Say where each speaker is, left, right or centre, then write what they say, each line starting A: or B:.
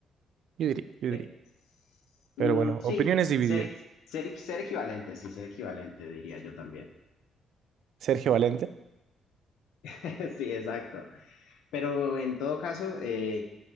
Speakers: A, on the right; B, on the left.
A: Yo diría, yo
B: Eh,
A: diría. Pero
B: mm,
A: bueno,
B: sí,
A: opiniones divididas.
B: ser, ser, ser equivalente, sí, ser equivalente diría yo también.
A: Sergio Valente.
B: <laughs> Sí, exacto. Pero en todo caso, eh,